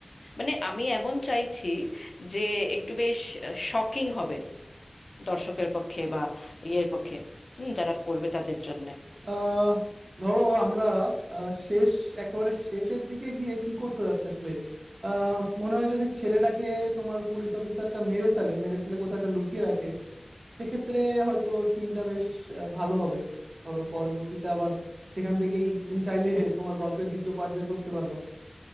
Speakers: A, on the left; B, on the right.
A: মানে আমি এমন চাইছি যে একটু বেশ শকিং হবে দর্শকের পক্ষে বা ইয়ের পক্ষে হুম যারা পড়বে তাদের জন্যে
B: আহ ধরো আমরা আহ, শেষ একেবারে শেষের দিকে গিয়ে কি করতে যাচ্ছে আসলে আহ, মনে হয় যদি ছেলেটাকে তোমার পুলিশ অফিসারটা মেরে ফেলে মেরে ফেলে কোথাও একটা লুকিয়ে রাখে সেক্ষেত্রে হয়তো সিনটা বেশ আহ, ভালো হবে ধরো পরবর্তীতে আবার সেখান থেকেই তুমি চাইলে তোমার গল্পের দ্বিতীয় পার্ট বের করতে পারবা